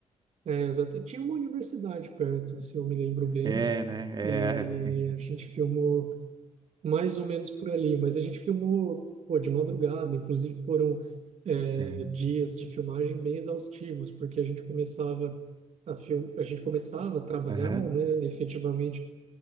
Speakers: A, on the right; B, on the right.
A: É, exata- Tinha uma universidade perto, se eu me lembro bem,
B: É, né? É,
A: e
B: é-
A: a gente filmou mais ou menos por ali, mas a gente filmou, pô, de madrugada, inclusive foram, é,
B: sim.
A: dias de filmagem bem exaustivos, porque a gente começava a film... a gente começava a trabalhar,
B: Aham.
A: né, efetivamente,